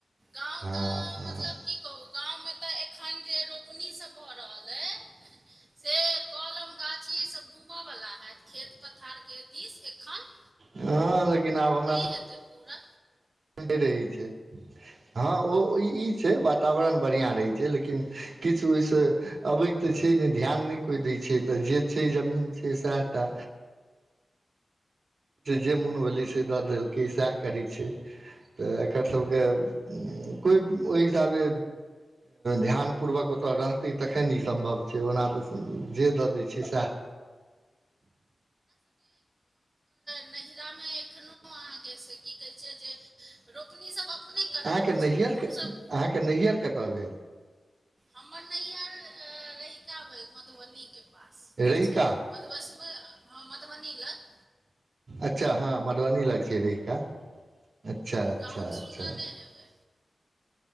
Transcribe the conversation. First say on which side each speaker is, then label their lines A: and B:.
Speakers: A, on the right; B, on the right.
A: गाँव
B: हँ
A: तऽ
B: हँ
A: मतलब। की कहू गाममे तऽ एखन जे रोपनी सब भऽ रहल अइ से। कलम गाछी ई सब घूमऽवला हयत खेत पथारके दिस एखन
B: हँ लेकिन आब हमरा सब।
A: हेतैय पूरा।
B: के रहे छैय। हँ ओ ई छै वातावरण बढ़िआँ रहै छै लेकिन किछु ओहिसँ। अबैत तऽ छै नहि ध्यान नहि कोइ दैत छै तऽ जे छै जमीन छै सएहाटा। जेमोन भेलैय से दऽ देलकै सएह करै छेय। तऽ एकर सभके कोइ ओहि हिसाबे ध्यानपूर्वक ओतय रहतै तखन ई सम्भव छै ओना तऽ जे दऽ दैय छैै सएह।
A: नैहिरामे एखनो अहाँके से की कहै छै जे। रोपनीसभ अपने कराबैत
B: अहाँके नैहरके
A: छथि तऽ हमसभ
B: अहाँके नैहियर कतऽ भेल
A: हमर नैहिर रहिका भेल मधुबनीके पास जे
B: रहिका
A: छै। मधुबसमे मधुबनी लग।
B: अच्छा हँ मधुबनी लाग छै रहिका। अच्छा अच्छा
A: गाँव
B: अच्छा।
A: सुनने हेबै